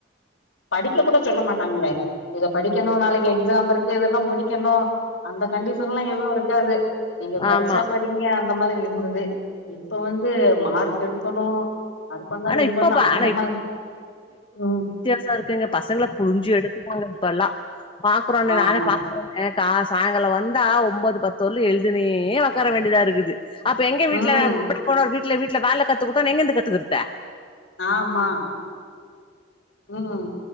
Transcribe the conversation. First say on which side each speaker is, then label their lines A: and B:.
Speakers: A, on the left; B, on the left.
A: படிக்க கூட சொல்ல மாட்டாங்ளே இத படிக்கணு நாளைக்கு எக் ஜாம் இருக்கு இதெல்லா முடிக்கணு அந்த கண்டிஷன்லா எதூ இருக்காது நீங்க படிச்சா
B: ஆமா
A: படிங்க அந்த மாதிரி இருந்தது இப்போ வந்து மார்க் எடு கணு அது பண்லானு
B: ஆனா
A: இது
B: இப்பப்ப
A: பண்லா அந்த
B: ஆனா
A: மாரி உம் உம்
B: தா இருக்குங்க பசங்ள புளுஞ்சு எடுப்பாங்க இப்பல்லா பாக்குறோனு
A: ஆமா
B: நானே பாக்குறே எனக்கா சாய்ங்கலொ வந்தா ஒம்போது பத்துல்ல எழ்தினே ஒக்கார வேண்டிதா இருக்குது அப்பு எங்க வீட்லர
A: ம்
B: பாத்துட்டு போறார் வீட்ல வீ ட்ல வேல கத்துகுட் ப்ப நா எங்கந்து கத்துகுடுத்த
A: ஆமா உம்